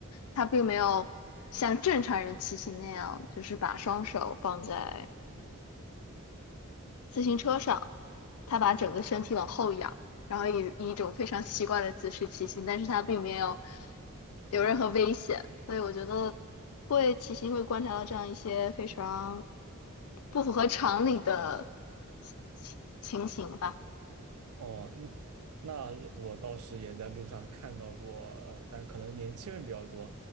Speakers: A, on the left (about 75°); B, on the right (about 80°).
A: 他并没有像正常人骑行那样，就是把双手放在自行车上，他把整个身体往后仰，然后以以一种非常奇怪的姿势骑行，但是他并没有有任何危险，所以我觉得会骑行会观察到这样一些非常不符合常理的情情情形吧。
B: 哦，那那我倒是也在路上看到过，呃，但可能年轻人比较多，